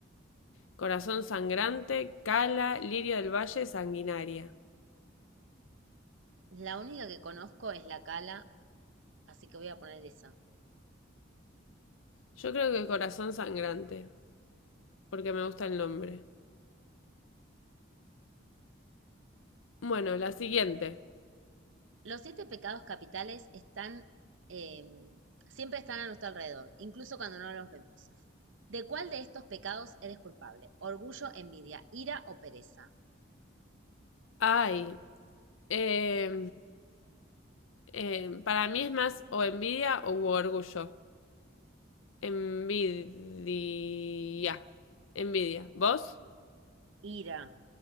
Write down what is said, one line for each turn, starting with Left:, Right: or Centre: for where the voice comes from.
Left: Corazón sangrante, cala, lirio del valle, sanguinaria.
Right: La única que conozco es la Cala, así que voy a poner esa.
Left: Yo creo que corazón sangrante, porque me gusta el nombre. Bueno, la siguiente.
Right: Los siete pecados capitales están, eh, siempre están a nuestro alrededor, incluso cuando no los vemos. ¿De cuál de estos pecados eres culpable? Orgullo, envidia, ira o pereza.
Left: Ay, eh, eh, para mí es más o envidia o orgullo. Envidia. Envidia. ¿Vos?
Right: Ira,